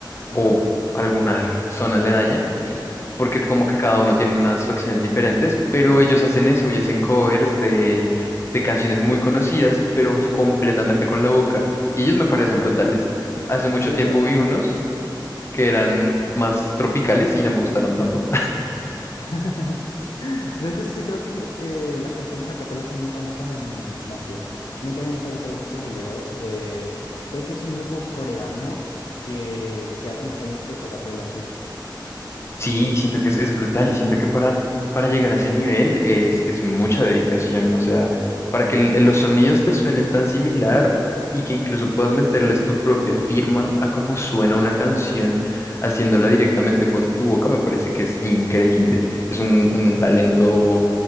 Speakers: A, on the left; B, on the left.
A: Ajá.
B: o alguna <laughs> zona aledaña. porque como que cada uno tiene unas facciones diferentes, pero ellos hacen eso y hacen covers de, de canciones muy conocidas, pero completamente con la boca. Y ellos me parecen
A: Uh.
B: brutales. Hace mucho
A: De
B: tiempo
A: hecho,
B: vi unos que eran más tropicales y no me gustaron tanto.
A: <laughs> de hecho sí, creo que eh, las canciones a capela son muy famosas en, en Asia. A mí también me suelen salir muchos videos de, creo que es un grupo coreano que, que hace los remixes a capela, sí.
B: Sí, siento que es, es brutal y siento que para, para llegar a ese nivel es, es mucha dedicación, o sea, para que el- los sonidos te suenen tan similar y que incluso puedas meterles tu propia firma a cómo suena una canción haciéndola directamente con tu boca, me parece que es increíble, es un, un talento